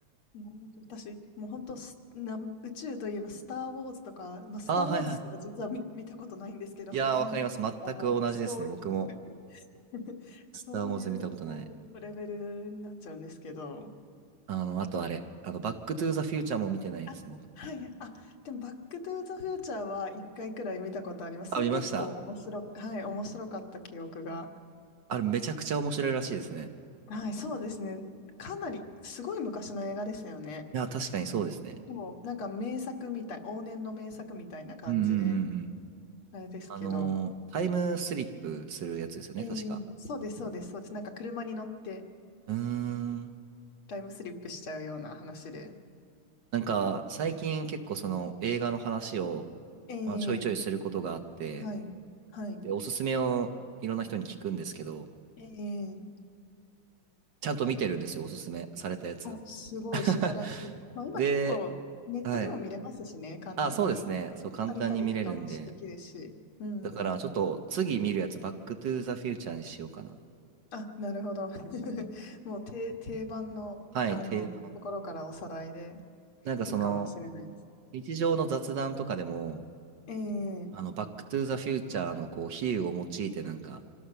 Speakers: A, on the left; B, on the right.
A: もう私、もう本当スな、宇宙といえばスター・ウォーズとか、まあ、スター・
B: ああ、はいは
A: ウォーズすら実は見、見たことないんですけど、
B: い。
A: あと
B: いやー、
A: ET
B: わかります。全く同じですね。
A: とかもうそういう
B: 僕も、
A: <laughs> そういう、
B: スター・ウォーズ見たことない。
A: こう、レベルになっちゃうんですけど。
B: あの、あとあれ、あの、バック・トゥ・ザ・フューチャーも見てないです、
A: あ、
B: 僕。
A: はいはい。あ、でも、バックトゥーザフューチャーは一回くらい見たことあります。
B: あ、
A: それ結構面白、
B: 見ました。
A: はい、面白かった記憶が。
B: あれ、めちゃくちゃ面白いらしいですね。
A: はい、そうですね。かなり、すごい昔の映画ですよね。
B: いやー、確かにそうですね。
A: でも、なんか名作みたい、往年の名作みたいな感じで、
B: うんうんうんうん。
A: あれですけど。
B: あのー、タイムスリップするやつですよね、
A: ええそうです、
B: 確か。
A: そうです、そうです。なんか車に乗って
B: うーん。
A: タイムスリップしちゃうような話で。
B: なんか、最近結構その映画の話を、
A: ええ
B: まあ、ちょいちょいすることがあって、
A: はい、はい。
B: で、おすすめをいろんな人に聞くんですけど、
A: ええ
B: ちゃんと見てるんですよ、おすすめされたやつ。
A: お、すごい素晴らしい。
B: <laughs>
A: まあ今結構ネットでも見れますしね、
B: で、はい。
A: 簡単に。
B: あ、そうですね。そう、簡単に見れるんで。
A: 借りたりとかも素敵きですし。うん。
B: だから、ちょっと次見るやつ、バックトゥーザフューチャーにしようかな。
A: あ、なるほど。<laughs> もう定、定番の、
B: はい、
A: あの、
B: 定番。
A: ところからおさらいで
B: なんかその、
A: いいかもしれないです。
B: 日常の雑談とかでも、
A: ええ
B: あの、バックトゥーザフューチャーのこう、比喩を用いてなんか、